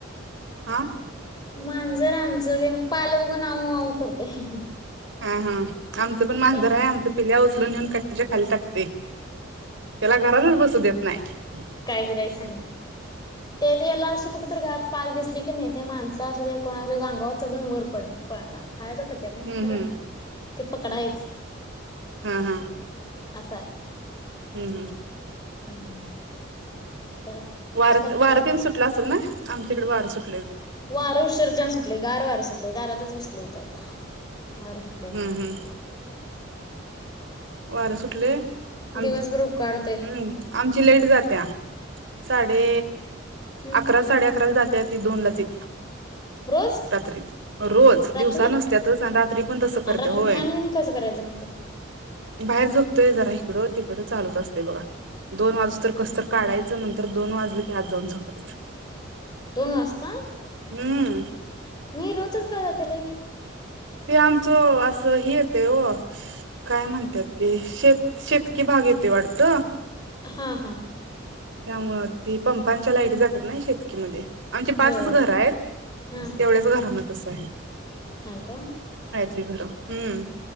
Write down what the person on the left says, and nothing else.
मांजर आमचं ते पाल बघून आऊ आऊ करतय
त्याला
काय करायचं सांगा ते त्याला अशी कुठ तर घात पाल दिसली कनी ते माणसं आसूदे कोण आसूदे अगावर चढून वर पळ पळणार खायाचा पत्या नाही
खरं
ते पकडायचं
आस हाय
<unintelligible> नुसता
खेळ
पाहिजे.
वारं उशरचान सुटलय, गार वारं सुटलय दारातच बसले होतो. <unintelligible> वार सुटलय
हं
दिवसभर उकाडतय
हम्म
रोज
रात्री
आणि रात्री
फॅन बिन कसं करायचं मग ते
काय
करायचं
मग
दोन वाजता?
नाही, रोजच का जाते लाईट?
हां हां.
होय होय
हा
हाय का?